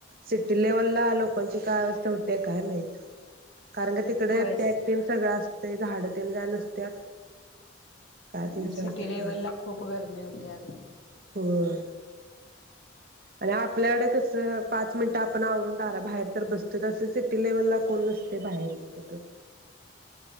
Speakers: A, on the right (about 50°); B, on the left (about 70°).
A: सिटी लेव्हलला लोकांची काय? <unintelligible> काय माहित? कारण का तिकडे
B: होय
A: पॅटिंग सगळं अस ते झाड ते काय नसत्या.... कायते विचारते
B: सिटी
A: म्हणजे
B: लेव्हलला खूप गरमी होती अग
A: होय आणि आपल्याकडे कस पाच मिनिट आपण आवरून दारा बाहेर तर बसतो तस सिटी लेव्हलला कोण नसते बाहेर तिथं..